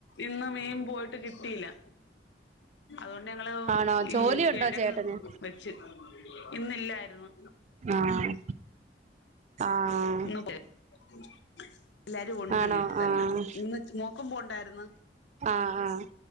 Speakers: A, on the left; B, on the right.
A: ഇന്ന് മീൻ പോയിട്ട് കിട്ടിയില്ല അതുകൊണ്ട് ഞങ്ങള്
B: ആണോ
A: ഈ
B: ജോലിയുണ്ടോ
A: കിഴങ്ങ്
B: ചേട്ടന്
A: വെച്ച് ഇന്നില്ലായിരുന്നു
B: ആഹ് ആഹ്
A: നബേ <unintelligible> എല്ലാരും ഉണ്ട്
B: ആണോ
A: വീട്ടിൽ തന്നെ
B: ആഹ്
A: ഇന്ന് നോക്കുമ്പോ ഉണ്ടായിരുന്നു
B: ആഹ് ആഹ്